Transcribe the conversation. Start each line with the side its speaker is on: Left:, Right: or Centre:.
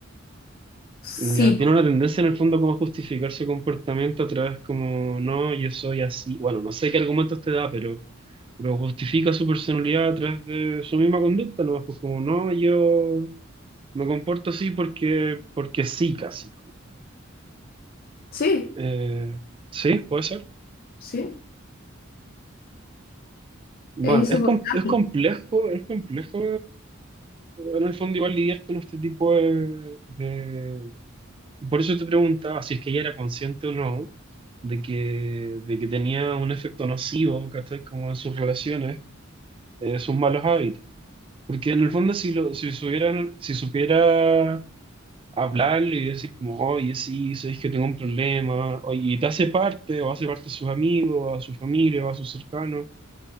Left: Sí,
Right: ya tiene
Left: po.
Right: una tendencia en el fondo como a justificar su comportamiento a través como, no, yo soy así, bueno, no sé qué argumentos te da, pero, pero justifica su personalidad a través de su misma conducta, ¿no? Pues como, no, yo me comporto así porque, porque sí, casi.
Left: sí,
Right: Eh, sí, puede ser.
Left: sí,
Right: Bueno,
Left: es insoportable.
Right: es, com- es complejo, es complejo en el fondo igual lidiar con este tipo de, Por eso te preguntaba si es que ella era consciente o no de que, de que tenía un efecto nocivo, ¿cachai? Como en sus relaciones, eh, sus malos hábitos. Porque en el fondo, si, lo, si, supieran- si supiera hablar y decir como, oye, sí, sabéis que tengo un problema, oye, y te hace parte, o hace parte a sus amigos, a su familia, o a sus cercanos,